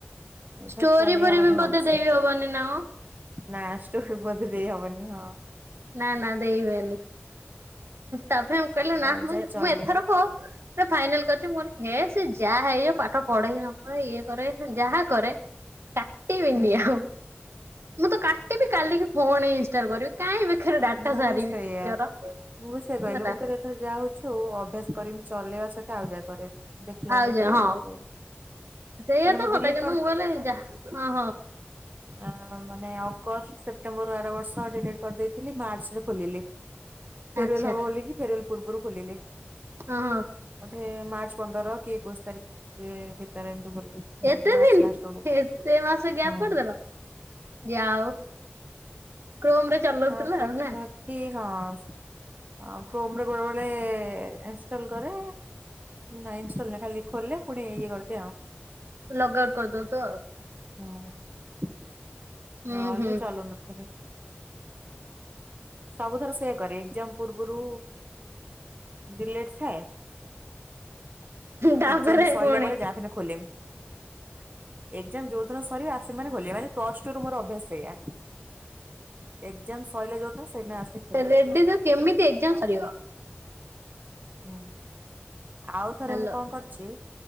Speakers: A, on the right; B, on the right.
A: ଏଇପାଇଁ
B: ଷ୍ଟୋରି
A: ଚଲେଇ
B: ଫୋରି
A: ହବନି
B: ବି
A: ଭଲସେ
B: ବୋଧେ ଦେଇବି ହବନି ନା କ?
A: ନା ଷ୍ଟୋଭି ବୋଧେ ଦେଇ ହବନି ହଁ।
B: ନା ନା ଦେଇ ହୁଏନି ତା ପାଇଁ କହିଲୁ ନା
A: ଆରେ
B: ମୁ
A: ଯା ଚଲେଇବୁ
B: ମୁଁ ଏଥର କ ଫାଇନାଲ କରିଚି ମୋର ହେ ସେ ଯାହା ହେଇଯାଉ ପାଠ ପଢେ ହି ନପଢ ଇଏ କରେ ଯାହା କରେ କାଟିବିନି
A: ହୁଁ
B: ଆଉ ମୁଁ ତ କାଟିବି କାଲିକି ଫୁଣି ଇନଷ୍ଟାଲ କରିବି। କାଇଁ ବେକାରେ ଡାଟା
A: ମୁଁ
B: ସାରିବି
A: ବି ସେଇଆ।
B: ନିଜର।
A: ମୁଁ ବି ସେ କହିଲି
B: ହେଲା
A: ମୁଁ କହେ ଏଥର ଯାହା ହଉଛି ହଉ ଅଭ୍ୟାସ କରମି ଚଲେଇବା ସହିତ ଆଉ ଯା କରିବି। ଦେଖିଲା
B: ଆଉ
A: ବେଳକୁ
B: ଯା
A: ଯୁଆ
B: ହଁ
A: ଆଁ ସେଇଆ।
B: ସେଇଆ
A: ମାନେ
B: ତ
A: ମୁଁ
B: କଥା
A: ଡିଲିଟ
B: କିନ୍ତୁ ମୁଁ କହିଲି ଯା ହ ହ।
A: ଅ ମାନେ ଅଗଷ୍ଟ ସେପ୍ଟେମ୍ବରରୁ ଆର ବର୍ଷ ଡିଲଟ୍ କରିଦେଇ ଥିଲି ମାର୍ଚ୍ଚ ରେ ଖୋଲିଲି ଫେରୱଲ
B: ଆଚ୍ଛା
A: ହବ ବୋଲି କି ଫେରୱଲ ପୂର୍ବରୁ ଖୋଲିଲି।
B: ହଁ ହଁ।
A: ସେ ମାର୍ଚ୍ଚ ପନ୍ଦର କି ଏକୋଇଶି ତାରିଖ ଏ ଭିତରେ ଏମିତି ଖୋଲିଲି। ମାନେ
B: ଏତେ
A: ମାର୍ଚ୍ଚ
B: ଦିନ
A: ଲାଷ୍ଟ ବେଳୁ
B: ଏତେ ମାସ ଗ୍ୟାପ୍
A: ହୁଁ
B: କରିଦେଲ। ଯଆ ହଉ। କ୍ରୋମ ରେ ଚଲଉଥିଲ
A: ଆ ପ୍ରାଖି
B: ଆଉ ନା
A: ପାଖି ହସ୍। କ୍ରୋମ ରେ ବେଳେବେଳେ ଇନଷ୍ଟଲ କରେ। ନାଇଁ ଇନଷ୍ଟଲ ନାଇ ଖାଲି ଖୋଲେ ପୁଣି ଇଏ କରିଦେ ଆଉ।
B: ଲଗ୍ ଆଉଟ୍ କରିଦଉନ୍ତୁ ଆଉ।
A: ହୁଁ
B: ହୁଁ
A: ନଲେ
B: ହୁଁ
A: ଚାଲୁ ନଥିଲେ। ସବୁଥର ସେଇୟା କରେ ଏକ୍ଜାମ ପୂର୍ବରୁ ଡିଲେଟ ଥାଏ।
B: ତାପରେ
A: ଏକ୍ଜାମ ସଇଲା
B: ପୁଣି
A: ପରେ ଯାହାବି ହେନେ ଖୋଲିମ। ଏଗଜାମ ଯୋଉ ଦିନ ସରିବ ଆସିମି ମାନେ ଖୋଲିମ୍ ମାନେ ପ୍ଲସ ଟୁ ର ମୋର ଅଭ୍ୟାସ ସେୟା। ଏଗଜାମ ସଇଲେ ଯୋଉନ ସେଇନ ଆସି ଖୋଲିମ।
B: ରେଡି ତ କେମିତି ଏଗଜାମ ସରିବ?
A: ହୁଁ ଆଉ ଥରେ
B: ହାଲୋ
A: ମୁଁ କଁ କରିଚି।